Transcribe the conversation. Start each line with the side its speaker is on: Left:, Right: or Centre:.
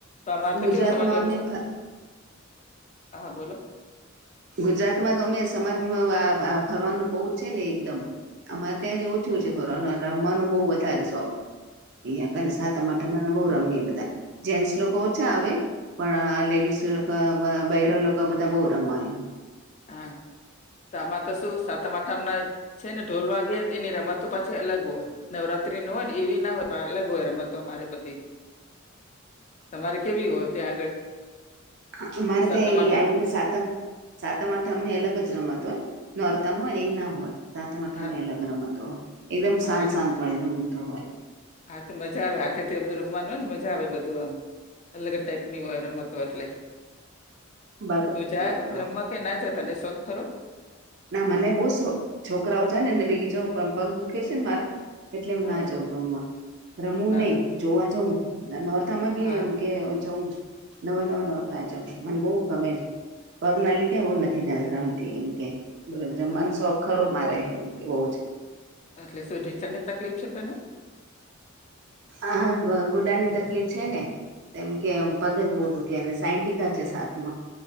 Left: તો અમારે તો
Right: ગુજરાતમાં
Left: કેવું સમાજ <unintelligible>
Right: અમે ફ
Left: હા બોલો.
Right: ગુજરાતમાં તો અમે સમાજમાં આ-આ ફરવાનું બહુ જ છે ને એકદમ. અમારે ત્યાં જે ઓછું છે ફરવાનું, આ રમવાનું બહું વધારે શોખ. અહિયાં કને
Left: હમ
Right: સાતમ આ ઠમ માં બહું રમીએ બધા. જેન્ટસ લોકો ઓછા આવે પણ આ લેડીસ લોકો બ-બ બૈરા લોકો બધા બહુ રમાઈ.
Left: હા. તો આમાં તો શું સાતમ આઠ ઠમના છે ને ઢોલ વાગે એની રમતો પાછી અલગ હોય. નવરાત્રી ન હોય ને એવી ના હોય પણ અલગ હોય રમતો અમારે બધી તમારે કેવી હોય ત્યાં આગળ
Right: અ અમારે
Left: સાતમ
Right: ત્યાં એવી
Left: આઠમ
Right: આ રીતે
Left: ને
Right: સાતમ સાતમ આઠમની અલગ જ રમત હોય નોરતામાં હોય ને એ ના હોય સાતમ આઠમની
Left: હા
Right: અલગ રમતો હોય એકદમ
Left: હા
Right: શાંત
Left: એટલે
Right: શાંત વાળી રમતો હોય.
Left: હા તો મજા આવે હાથે થી બધું રમવાનું હોયને મજા આવે બધું આમ અલગ જ ટાઈપ ની હોય રમતો હોય એટલે
Right: બરોબર
Left: તું જા રમવા કે ના જા તને શોખ ખરો
Right: ના મને બહુ શોક છોકરાઓ જા નેને ભેગી જઉ પણ પગ દુખે છે ને મારા એટલે હું
Left: હા
Right: ના જઉં રમવા રમું
Left: ના
Right: નહી જોવા જઉં ના નોરતામાં બી
Left: હા
Right: એમ કે જઉ. નવે નવે નોરતા જઉ મને બહુ ગમે છે પગ ના લીધે હું નથી અ રમતી એમ. કે રમવાનું
Left: હા
Right: શોખ ખરું મારે કે બઉજ.
Left: એટલે શું ઢીચણ ની તકલીફ છે તને
Right: હા વુ ગુડાની તકલીફ છે ને. તેમકે એમ પગજ બહુ દુખે અને સાયન્ટિકા છે સાથમાં